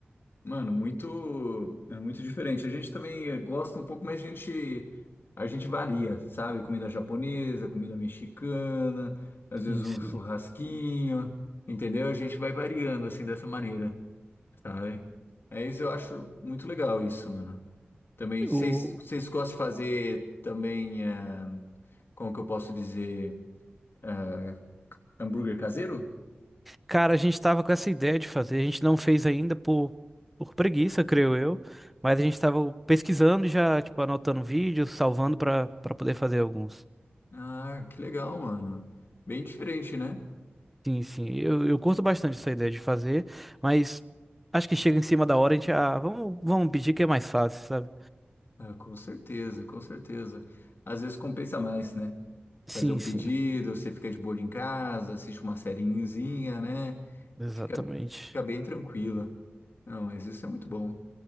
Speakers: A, on the left; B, in the centre.
A: Mano, muito, é muito diferente. A gente também eh, gosta um pouco, mas a gente, a gente varia, sabe? Comida japonesa, comida mexicana, às vezes
B: Sim,
A: um
B: sim.
A: churrasquinho, entendeu? A gente vai variando assim dessa maneira, sabe? É isso, eu acho muito legal isso, mano. Também,
B: Aham.
A: vocês vocês gostam de fazer também, eh, como que eu posso dizer, eh, hambúrguer caseiro?
B: Cara, a gente estava com essa ideia de fazer, a gente não fez ainda por, por preguiça, creio eu, mas a gente estava pesquisando e já, tipo, anotando vídeos, salvando para para poder fazer alguns.
A: Ah, que legal, mano. Bem diferente, né?
B: Sim, sim, eu, eu curto bastante essa ideia de fazer, mas acho que chega em cima da hora, a gente, ah, vamos, vamos pedir que é mais fácil, sabe?
A: Ah, com certeza, com certeza. Às vezes compensa mais, né?
B: Sim,
A: Fazer o pedido,
B: sim,
A: você fica de boa em casa, assiste uma sériezinha, né?
B: exatamente.
A: Fica, fica bem tranquila. Não, mas isso é muito bom,